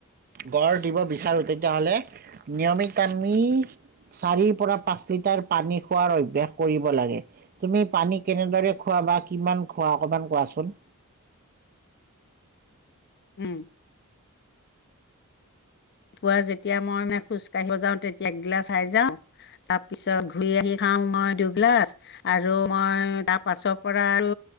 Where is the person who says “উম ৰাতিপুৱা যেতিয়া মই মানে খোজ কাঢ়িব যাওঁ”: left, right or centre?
Left